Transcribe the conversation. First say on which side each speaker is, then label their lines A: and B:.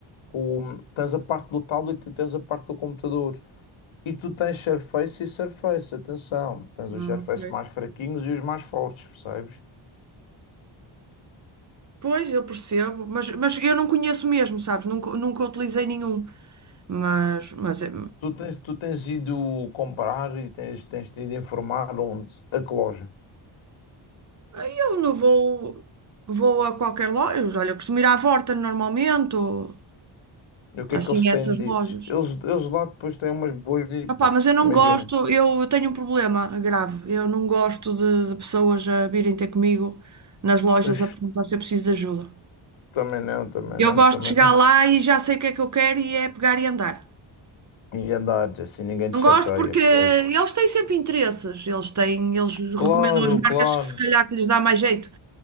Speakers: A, on the left; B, on the right.
A: com, tens a parte do tablet e tens a parte do computador. E tu tens Surface e Surface, atenção, tens os
B: Ah,
A: Surface
B: ok.
A: mais fraquinhos e os mais fortes, percebes?
B: Pois, eu percebo, mas, mas eu não conheço mesmo, sabes? Nunca, nunca utilizei nenhum. Mas, mas eh,
A: Tu tens, tu tens ido comprar e tens, tens te ido informar onde? A que loja?
B: eu não vou, vou a qualquer loja. Olha, eu costumo ir à Vorta normalmente, ou
A: E o que
B: assim,
A: é que eles
B: a
A: têm
B: essas
A: dito?
B: lojas.
A: Eles, eles lá depois têm umas boas dicas.
B: Opá, mas eu não
A: Imagina.
B: gosto, eu tenho um problema grave. Eu não gosto de, de pessoas a virem ter comigo nas lojas
A: Ux,
B: a perguntar se eu preciso de ajuda.
A: também não, também
B: Eu
A: não,
B: gosto
A: também
B: de chegar
A: não.
B: lá e já sei o que é que eu quero e é pegar e andar.
A: E andares assim, ninguém te
B: Não
A: chateia,
B: gosto porque eles
A: pois.
B: têm sempre interesses, eles têm, eles recomendam
A: Claro,
B: as marcas
A: claro.
B: que se calhar que lhes dá mais jeito.